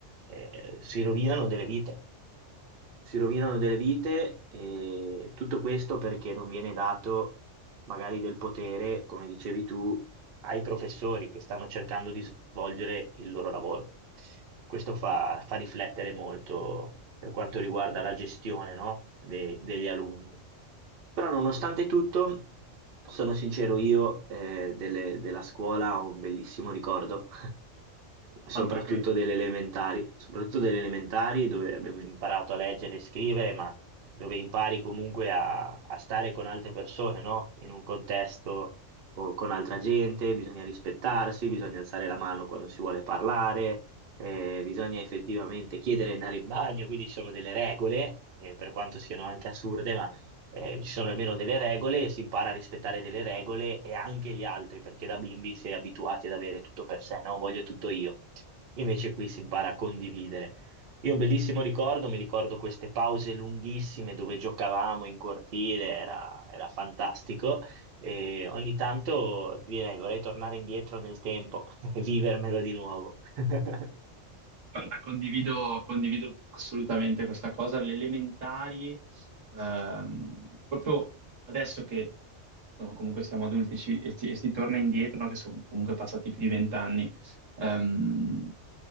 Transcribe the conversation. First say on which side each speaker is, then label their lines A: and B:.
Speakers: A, on the right; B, on the right.
A: eh, si rovinano delle vite si rovinano delle vite e tutto questo perché non viene dato magari del potere, come dicevi tu, ai professori che stanno cercando di svolgere il loro lavoro. Questo fa, fa riflettere molto per quanto riguarda la gestione, no? de- degli alunni. Però nonostante tutto, sono sincero, io eh, delle- della scuola ho un bellissimo ricordo soprattutto
B: Altro che,
A: delle elementari, soprattutto delle elementari dove abbiamo imparato a leggere e scrivere, ma dove impari comunque a, a stare con altre persone, no? In un contesto co- con altra gente, bisogna rispettarsi, bisogna alzare la mano quando si vuole parlare, eh, bisogna effettivamente chiedere di andare in bagno, quindi ci sono delle regole, eh, per quanto siano anche assurde, ma eh, ci sono almeno delle regole, si impara a rispettare delle regole e anche gli altri, perché da bimbi si è abituati ad avere tutto per sé, no? Voglio tutto io. Invece qui si impara a condividere. Io ho un bellissimo ricordo, mi ricordo queste pause lunghissime dove giocavamo in cortile, era, era fantastico. E ogni tanto ti direi vorrei tornare indietro nel tempo <laughs> e vivermelo di nuovo. <laughs>
B: guarda, condivido, condivido assolutamente questa cosa. Le elementari, ehm, proprio adesso che insomma, comunque siamo adulti ci- e, si e si torna indietro, no, Che sono comunque passati più di vent'anni. ehm,